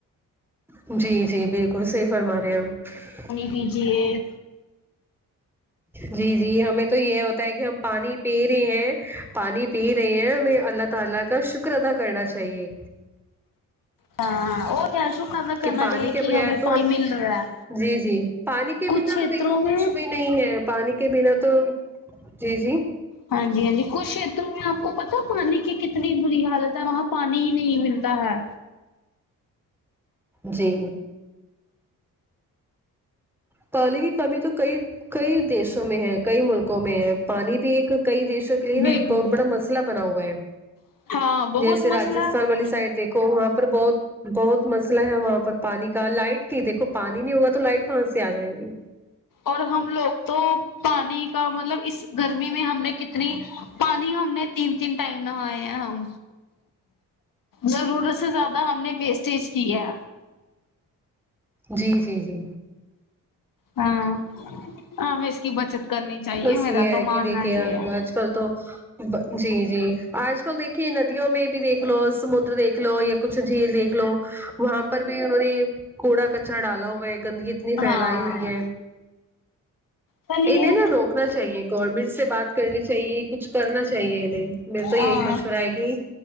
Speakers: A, in the centre; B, on the left.
A: جی جی بالکل صحیح فرمارے ہیں آپ
B: کیجیے
A: جی جی ہمیں تو یہ ہو تا ہے کہ ہم پانی پی رہے ہیں پانی پی رہے ہیں ہمیں اللہ تعالی کا شکر ادا کرنا چاہیے
B: ہاں اور کیا شکر ادا کرنا
A: کہ پانی
B: چاہیے
A: کے
B: کہ
A: بغیر
B: ہمیں
A: تو
B: پانی
A: ہم
B: مل رہا ہے
A: جی جی پانی کے
B: کچھ
A: بنا
B: چھیتروں
A: تو دیکھو
B: میں
A: کچھ بھی نہیں ہے پانی کے بنا تو جی جی
B: ہاں جی ہاں جی کچھ شیتروں میں آپ کو پتا پانی کی کتنی بری حالت ہے وہاں پانی ہی نہیں ملتا ہے
A: جی پانی کی کمی تو کئی کئی دیشوں میں ہے کئی ملکوں میں ہے پانی بھی ایک کئی دیشوں لیے نا
B: بالکل
A: ایک بہت بڑا مسئلہ بنا ہوا ہے
B: بالکل ہاں بہت
A: جیسے راجستان
B: مسئلہ ہے
A: والی سائڈ دیکھ کو وہاں پر بہت بہت مسئلہ ہے وہاں پر پانی کا لائٹ کی دیکھو پانی نہیں ہوگا تو لائٹ کہاں س سے آ جائے گی
B: اور ہم لوگ تو پانی کا مطلب اس گرمی میں ہم نے کتنی پانی ہم نے تین تین ٹائم نہاۓ اے ہم ضرورت سے زیادہ ہم نے ویسٹیج کی ہے
A: جی جی جی
B: ہاں ہاں ہمیں اس کی بچت کرنی چاہیے
A: بس
B: میرا
A: یہ ہے
B: تو ماننا
A: کہ دیکھیے آج
B: یہ ہے
A: کل تو جی جی آج کل دیکھیے ندیوں میں بھی دیکھ لو سمندر دیکھ لو یا کچھ جھیل دیکھ لو وہاں پر بھی انہوں نے کوڑا کچرا ڈالا ہوا ہے گندگی اتنی فیلائی
B: ہاں
A: ہوئی ہے
B: چلیے
A: انہیں نا روکنا چاہیے گورنمنٹ سے بات کرنی چاہیے کچھ کرنا چاہیے انہیں میرا تو یہی
B: ہاں
A: مشورہ ہے کی